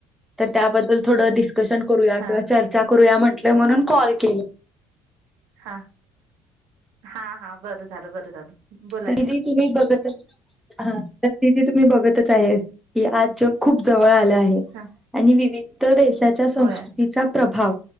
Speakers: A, in the centre; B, on the right (about 65°).
A: तर त्याबद्दल थोडं डिस्कशन करूया
B: हा
A: किंवा चर्चा करूया म्हण म्हणून कॉल केला
B: हा हा हा बरं झालं बरं झालं बोला
A: तरी
B: की
A: बीतुम्ही बघत हा कि तुम्ही बघतच आहे की आज जग खूप जवळ आलं आहे
B: हा
A: आणि विविध देश त्याच्या संस्कृतीचा
B: होय
A: प्रभाव